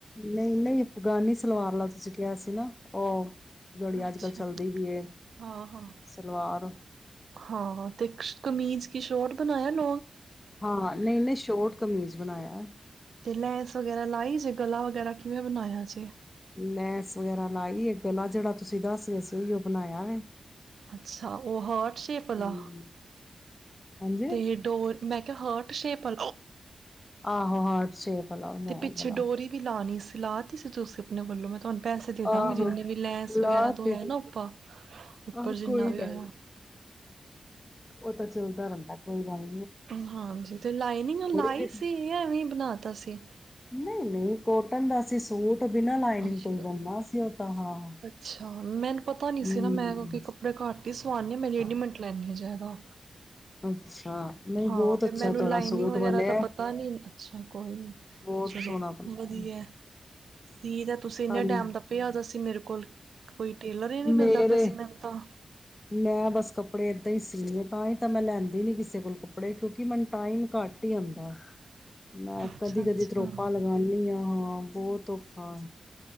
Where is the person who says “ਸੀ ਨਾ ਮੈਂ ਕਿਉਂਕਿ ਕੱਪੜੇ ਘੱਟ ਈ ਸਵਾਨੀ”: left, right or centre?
Right